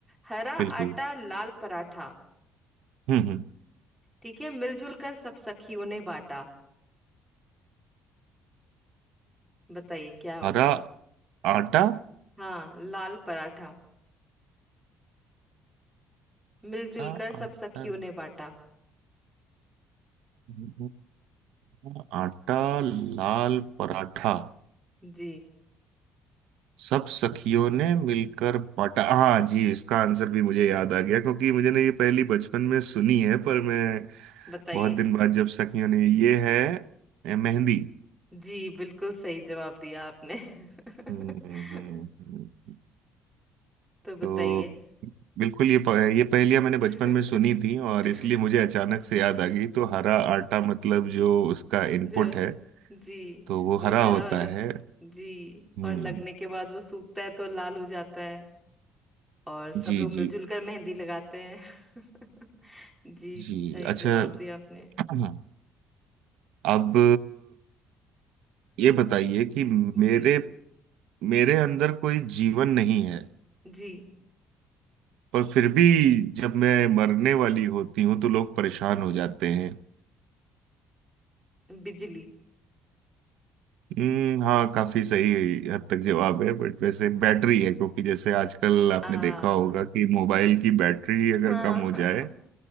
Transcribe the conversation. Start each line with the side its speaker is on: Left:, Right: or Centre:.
Centre: हरा
Right: बिल्कुल
Centre: आटा लाल पराठा
Right: हम्म हम्म।
Centre: ठीक है मिलजुल कर सब सखियों ने बांटा बताइए क्या होगा
Right: हरा आटा
Centre: हाँ लाल पराठा मिलजुल
Right: आ- आटा
Centre: कर सब सखियों
Right: हम्म,
Centre: ने बांटा
Right: हम्म, हम्म, आटा लाल पराठा
Centre: जी
Right: सब सखियों ने मिलकर पटा हाँ जी इसका आंसर भी मुझे याद आ गया क्योंकि मुझे ने ये पहली बचपन में सुनी है पर मैं
Centre: बताइए
Right: बहुत दिन बाद जब सखियों ने ये है ए, मेहंदी
Centre: जी बिल्कुल सही जवाब दिया आपने
Right: हम्म,
Centre: <laughs>
Right: हम्म, हम्म।
Centre: तो बताइए
Right: तो बिल्कुल ये प- ये पहेलियां मैंने बचपन
Centre: <laughs>
Right: में सुनी थी और इसलिए मुझे अचानक से याद आ गई तो हरा आटा मतलब जो उसका इनपुट
Centre: जो
Right: है
Centre: जी
Right: तो वो
Centre: वो
Right: हरा
Centre: हरा
Right: होता
Centre: हरा
Right: है
Centre: जी
Right: हम्म
Centre: और लगने के बाद वो सूखता है तो लाल हो जाता है और सब
Right: जी
Centre: लोग मिलजुल
Right: जी
Centre: कर मेहंदी लगाते हैं <laughs> जी
Right: जी
Centre: सही
Right: अच्छा
Centre: जवाब दिया आपने
Right: <clears throat> अब ये
Centre: जी
Right: बताइए कि मेरे
Centre: जी
Right: मेरे अंदर कोई जीवन नहीं है
Centre: जी
Right: पर फिर भी जब मैं मरने वाली होती हूँ तो लोग परेशान हो जाते हैं
Centre: बिजली
Right: हम्म हाँ काफी सही हद तक जवाब है बट वैसे बैटरी है क्योंकि जैसे आजकल आपने
Centre: आ
Right: देखा होगा कि मोबाइल की बैटरी
Centre: हाँ
Right: अगर कम हो जाए
Centre: <laughs>